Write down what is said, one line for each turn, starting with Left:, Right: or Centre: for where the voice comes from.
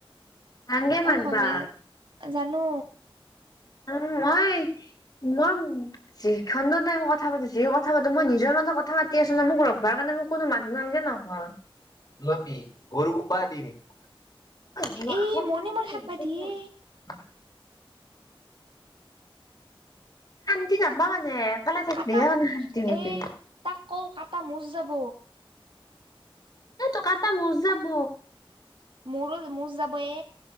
Left: নংে মদবা
Right: অসমীয়াত জানো
Left: উম মই মই যিখণ্ড তাই মই কথা পাতিছে, যি কথা পাতো মই নিজৰ কথা পাতি আছো ন মোক ৰখবাৰ কাৰণে মোক কোনো মানুহ নালাগে নহয়। নি গৰুক ব দিম ন
Right: এ মনে মনে থাকবা দিয়ে
Left: শান্তি নাপা মানে অকলে থাকিলেহে
Right: কটা
Left: মানে শান্তি পাবি
Right: এ তাক কও কাটা মোচ যাব
Left: এই টকা এটা মচ যাব
Right: মোৰো মোৰ যাব এ